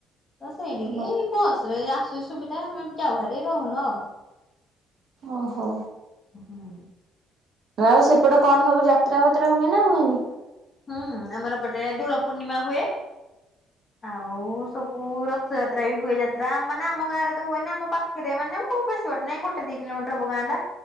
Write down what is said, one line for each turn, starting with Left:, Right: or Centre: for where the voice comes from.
Left: ତ ସେଇଠିକି
Right: ହଁ।
Left: ବସ ରେ ଆସୁଛିି ସୁବିଧା ଆମେ ଯାଉ ଭାରି ରହୁନୁ ଆଉ।
Right: ଓହୋ।
Left: ହୁଁ।
Right: ଆଉ ସେପଟେ କଣ ସବୁ ଯାତ୍ରା ଫାତ୍ରା ହୁଏ ନା ହୁଏନି?
Left: ହୁଁ ଆମର ପଟେ ଦୋଳ ପୂର୍ଣ୍ଣିମା ହୁଏ ଆଉ ସବୁ ହୁ ରଥଯାତ୍ରା ବି ହୁଏ ଯାତ୍ରା ମାନେ ଆମ ଗାଁ ରେ ତ ହୁଏନି ଆମ ପାଖରେ ମାନେ ବ <unintelligible> ନାଇଁ ଗୋଟେ ଦି କିଲୋମିଟର ଅଛି ଗାଁଟା